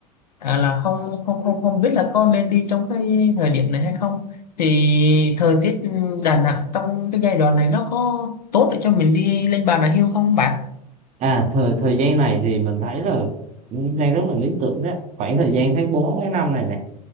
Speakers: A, on the left; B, on the right.
A: à, là không không không không biết là có nên đi trong cái thời điểm này hay không thì thời tiết ừ, Đà Nẵng trong cái giai đoạn này nó có tốt để cho mình đi lên Bà Nà Hills không bạn?
B: À thời thời gian này thì mình thấy là cũng đang rất là lý tưởng đấy. Khoảng thời gian tháng 4 tháng 5 này này